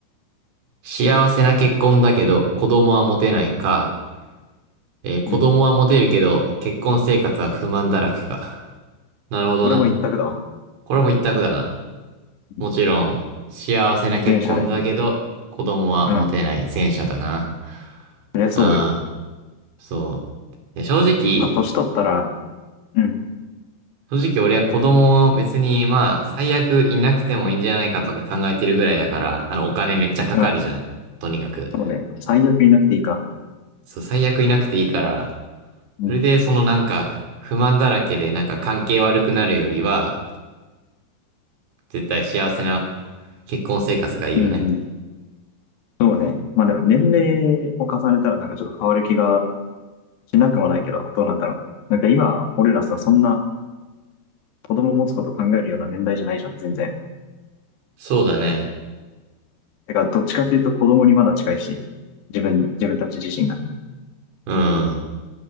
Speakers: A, on the right (about 75°); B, on the left (about 65°).
A: 幸せな結婚だけど、子供は持てないか。えー子供はモテるけど、
B: うん。
A: 結婚生活は不満だらけか。なるほどな。
B: これも一択だわ。
A: これも一択だな。
B: うん
A: もちろん、幸せな結婚だけど、
B: 前者だよね。
A: 子供はモテない前者だな。
B: うん。そりゃそうよ。
A: うん。そう。で、正直、
B: まあ、年取ったら、うん、
A: 正直俺は子供を別に、まあ、最悪いなくてもいいんじゃないかとか考えてるぐらいだから、あの、お金めっちゃかかるじゃん。
B: うん、
A: とにかく。
B: そうね。最悪いなくていいか。
A: そう、最悪いなくていいから、
B: うん、
A: それでそのなんか、不満だらけでなんか関係悪くなるよりは、絶対幸せな結婚生活がいいよね。
B: うん、うん。そうね。まあでも年齢を重ねたらなんかちょっと変わる気がしなくもないけど、どうなんだろう。なんか今、俺らさ、そんな子供持つこと考えるような年代じゃないじゃん、全然。
A: そうだね。
B: だからどっちかっていうと子供にまだ近いし、自分、自分たち自身がね。
A: うん。